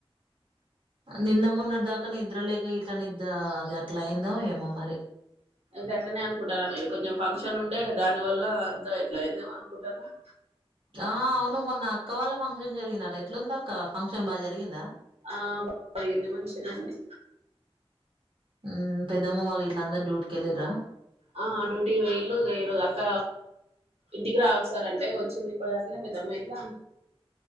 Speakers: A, on the right; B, on the right.
A: నిన్న మొన్న దాకా నిద్ర లేక ఇట్లా నిద్ద అది అట్లా అయిందో ఏమో మరి
B: గట్లనే అనుకుంటారను ఇది కొంచెం ఫంక్షన్ ఉండే దాని వల్ల అంత ఇట్లా అయిపోయింది అనుకుంటాన్న
A: ఆ అవును మొన్న అక్క వాళ్ళ ఫంక్షన్ జరిగిందట ఎట్లుంది అక్క ఫంక్షన్ బా జరిగిందా
B: ఆ బాగింది మంచిగానే ఉంది
A: ఉ పెద్దమ్మ వాళ్ళు ఇట్ల అందరు డ్యూటికి వెళ్ళిరా
B: ఆ డ్యూటీ వెళ్ళు ఈరోజు అక్క ఇంటికి రా ఒకసారి అంటే వచ్చింది ఇప్పడు దాకనే పెద్దమ్మా ఇట్లా